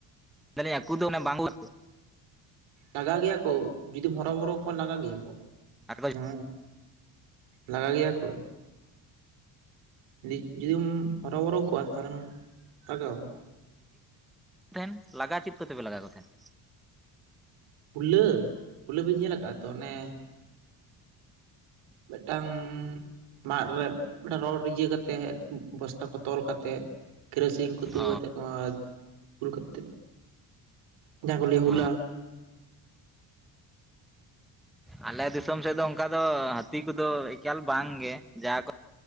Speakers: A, in the centre; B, on the right (about 80°).
A: ᱢᱮᱱᱫᱟᱞᱟᱹᱧ ᱟᱠᱩ ᱫᱚ ᱚᱱᱟ ᱵᱟᱝᱞᱟ ᱛᱮ
B: ᱞᱟᱜᱟ ᱜᱮᱭᱟ ᱠᱚ, ᱡᱩᱫᱤᱢ ᱦᱚᱨᱚᱵᱚᱨᱚ ᱠᱚᱣᱟ ᱞᱟᱜᱟ ᱜᱮᱭᱟ ᱠᱚ᱾
A: ᱟᱜ ᱫᱚᱭ
B: ᱦᱩᱸ ᱞᱟᱜᱟ ᱜᱮᱭᱟ ᱠᱚ᱾ ᱡᱩᱫᱤ ᱡᱩᱫᱤᱢᱻ ᱦᱚᱨᱚ ᱵᱚᱨᱚ ᱠᱚᱣᱟ ᱛᱟᱦᱚᱞᱮᱢ ᱞᱟᱜᱟᱣᱟ᱾
A: ᱭᱮᱦᱟᱱ ᱞᱟᱜᱟ ᱪᱮᱫ ᱠᱚᱛᱮᱯᱮ ᱞᱟᱜᱟ ᱠᱚ ᱛᱟᱦᱮᱫ?
B: ᱯᱷᱩᱞᱟᱹᱻ ᱯᱷᱩᱞᱟᱹ ᱵᱤᱱ ᱧᱮᱞ ᱟᱠᱟᱫᱼᱟ ᱛᱚ ᱚᱱᱮ ᱢᱤᱫᱴᱟᱝᱻᱢᱟᱫᱨᱮ ᱢᱮᱫᱴᱟᱝ ᱨᱚᱰ ᱨᱮ ᱤᱭᱟᱹ ᱠᱟᱛᱮᱫ ᱵᱚᱥᱛᱟ ᱠᱚ ᱛᱚᱞ ᱠᱟᱛᱮ ᱠᱮᱨᱳᱥᱤᱱ ᱠᱚᱼᱼ ᱫᱩᱞ
A: ᱚ
B: ᱠᱟᱛᱮ ᱱᱚᱣᱟ ᱫᱩᱞ ᱠᱟᱛᱮᱫ, ᱡᱟᱸᱦᱟ ᱠᱚ ᱞᱟᱹᱭᱟ
A: ᱚ
B: ᱦᱩᱞᱟ᱾
A: ᱟᱞᱮ ᱫᱤᱥᱚᱢ ᱥᱮᱫ ᱫᱚ ᱚᱱᱠᱟ ᱫᱚ ᱦᱟᱹᱛᱤ ᱠᱚᱫᱚ ᱮᱠᱟᱞ ᱵᱟᱝᱜᱮ, ᱡᱟ ᱠᱚ